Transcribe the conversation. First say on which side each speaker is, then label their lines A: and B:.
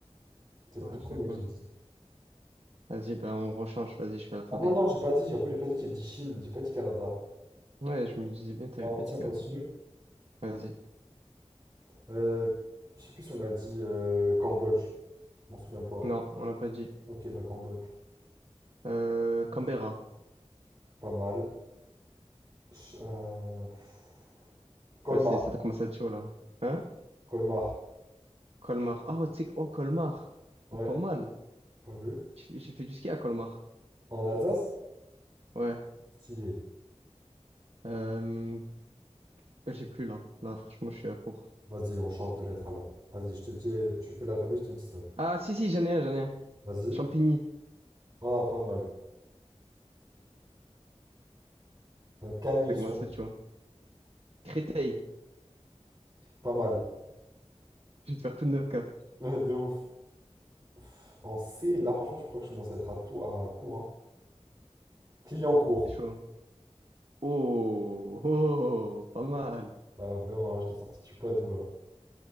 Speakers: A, on the right (about 35°); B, on the right (about 65°).
A: C'est le
B: Ah,
A: tout premier
B: j'ai pas-
A: que j'ai dit.
B: Vas-y, ben on rechange. Vas-y, je fais alphabet.
A: Ah non, non, j'ai pas dit. J'avoue, j'ai pas dit. J'ai dit Chine. J'ai pas dit Canada.
B: Ouais, je me disais bien, t'avais
A: Alors,
B: pas
A: vas-y,
B: dit Canada.
A: on continue.
B: Vas-y.
A: Euh, je sais plus si on a dit euh, Cambodge. Je m'en souviens pas.
B: Non, on n'a pas dit.
A: Ok, bah Cambodge.
B: Euh, Canberra.
A: Pas mal. Ch- euh, pff, Colmar.
B: Ah, c'est, ça commence à être chaud, là. Hein?
A: Colmar.
B: Colmar. Ah, Oh, tu sais, que- oh, Colmar.
A: Ouais.
B: Oh, pas mal.
A: T'as vu?
B: J'ai j'ai fait du ski à Colmar.
A: En Alsace?
B: Ouais.
A: Stylé.
B: Euh, Ouais, J'ai plus là. Là, franchement, je suis à court.
A: Vas-y, on change de lettre alors. Vas-y, je te dis, tu fais l'alphabet, je te dis stop.
B: Ah, si, si, j'en ai un, j'en ai un.
A: Vas-y.
B: Champigny.
A: Ah, pas mal. Euh, Cagnes
B: Ça
A: sur
B: commence
A: lui.
B: à être chaud. hein. Créteil.
A: Pas mal. <laughs>
B: Je vais te faire tout le 9 cap
A: Ouais, De ouf. Pff, En C, là, franchement, je crois que je commence à être à tout à court. Hein. client court
B: C'est chaud. hein. Oh, oh, oh, oh, pas mal.
A: Ah, vraiment, là, je t'ai sorti, tu sais pas d'où, là.